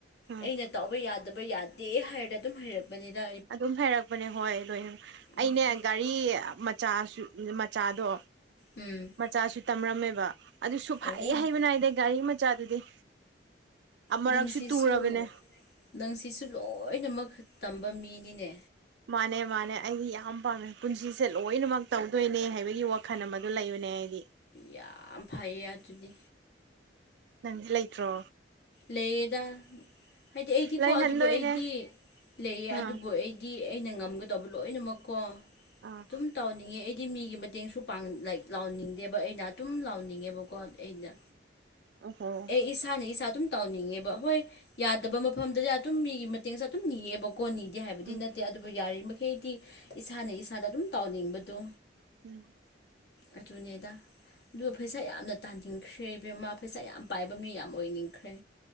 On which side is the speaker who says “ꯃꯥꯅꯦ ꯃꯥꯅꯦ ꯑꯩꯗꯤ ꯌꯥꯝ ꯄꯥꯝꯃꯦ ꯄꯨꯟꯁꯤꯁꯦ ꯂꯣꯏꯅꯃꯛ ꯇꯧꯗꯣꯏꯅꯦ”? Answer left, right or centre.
Right